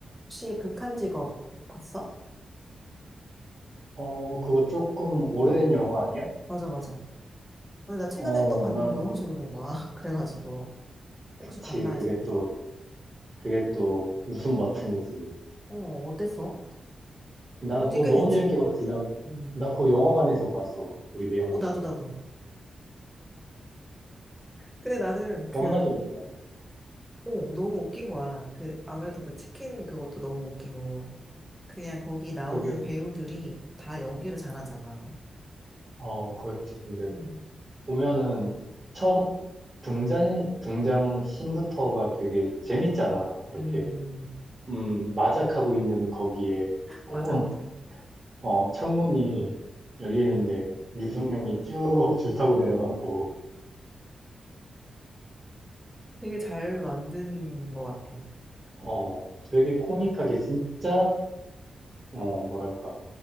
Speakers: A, in the centre; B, on the right.
A: 혹시 극한 직업 봤어?
B: 어, 그거 조금 오래된 영화 아니야?
A: 맞아, 맞아. 근데 나 최근에
B: 어,
A: 또 봤는데
B: 나,
A: 너무 재밌는 거야. <laughs> 그래가지고.
B: 그치.
A: 혹시 봤나
B: 그게
A: 해서.
B: 또, 그게 또 웃음 버튼이지.
A: 어, 어땠어?
B: 나
A: 본지
B: 그거
A: 꽤
B: 너무
A: 됐지.
B: 재밌게 봤지. 나,
A: 응.
B: 나 그거 영화관에서 봤어. 우리 매형이랑.
A: 어, 나도, 나도. 근데 나는
B: 겁나
A: 그,
B: 재밌게 봤어.
A: 어, 너무 웃긴 거야. 그, 아무래도 그 치킨 그것도 너무 웃기고. 그냥 거기 나오는
B: 그게,
A: 배우들이 다 연기를 잘하잖아.
B: 어, 그렇지. 근데
A: 음,
B: 보면은 첫 등장, 등장 씬부터가 되게 재밌잖아. 이렇게,
A: 음,
B: 음, 마작하고 있는 거기에 창문,
A: 맞아, 맞아.
B: 어, 창문이 열리는데 류승룡이 쭉 <laughs> 줄 타고 내려가고.
A: 되게 잘 만든 것 같아.
B: 어, 되게 코믹하게 진짜, 어, 뭐랄까,